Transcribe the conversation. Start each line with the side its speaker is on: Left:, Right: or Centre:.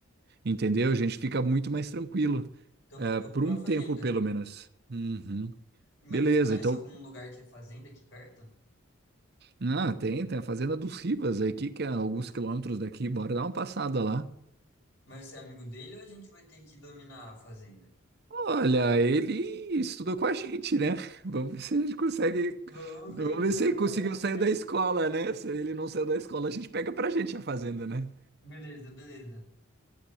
Right: entendeu? A gente fica muito mais tranquilo,
Left: Então
Right: é,
Left: v- vamos
Right: por
Left: pra
Right: um tempo
Left: fazenda.
Right: pelo menos. Uhum.
Left: Mas
Right: Beleza,
Left: você conhece
Right: então,
Left: algum lugar que é fazenda aqui perto?
Right: ah, tem, tem a Fazenda dos Rivas aqui, que é alguns quilômetros daqui, bora dar uma passada lá.
Left: Mas você é amigo dele ou a gente vai ter que dominar a fazenda?
Right: Olha, ele estudou com a gente, né? Vamos ver se a gente consegue.
Left: Vamos
Right: Vamos
Left: ver então,
Right: ver se ele conseguiu
Left: vamos
Right: sair
Left: ver.
Right: da escola, né? Se ele não saiu da escola, a gente pega pra gente a fazenda, né?
Left: Beleza, beleza.